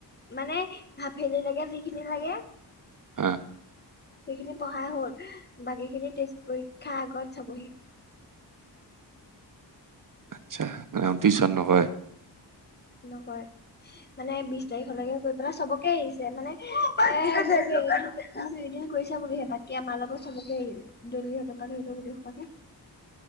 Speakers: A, on the left; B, on the right.
A: মানে, হাফেলিলৈকে যিখিনি লাগে।
B: অ'।
A: সেইখিনি পঢ়া হল বাকীখিনি ষ্টে পৰীক্ষাৰ আগত চাবহি।
B: আচ্ছা অ' টিউচন নকৰে?
A: নকৰে মানে বিশ তাৰিখলৈকে গৈ পেলাই চবকে আহিছে মানে এ এদিন কৰিছা বুলিহে বাকী আমাৰ লগত চবকে আহিলে দলিহঁতৰপাত হৈৰি গলো দেখোপাকে।